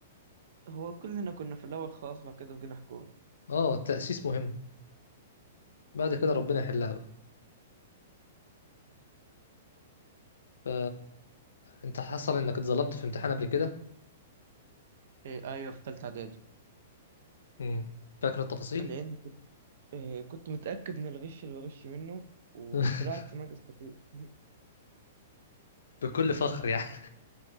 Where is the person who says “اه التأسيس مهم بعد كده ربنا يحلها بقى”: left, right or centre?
Left